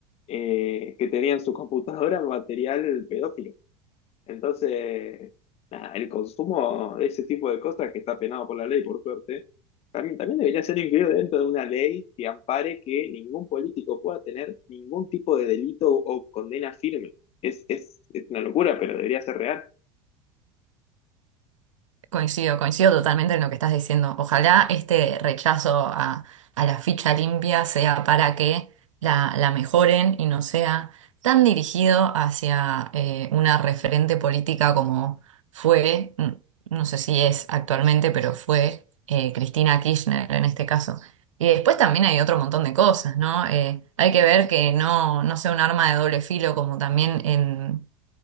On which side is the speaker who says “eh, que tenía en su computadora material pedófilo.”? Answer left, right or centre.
Left